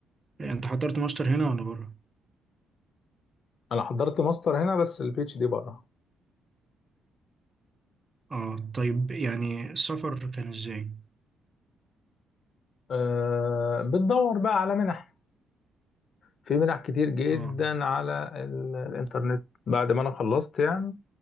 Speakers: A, on the right; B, on the left.
A: آه، انت حضرت ماستر هنا ولا بره؟
B: انا حضرت ماستر هنا بس البي اتش دي بره
A: اه طيب يعني السفر كان ازاي؟
B: أه بتدور بقى على منح في منح كتير جدا
A: اه
B: على ال- الانترنت بعد ما انا خلصت يعني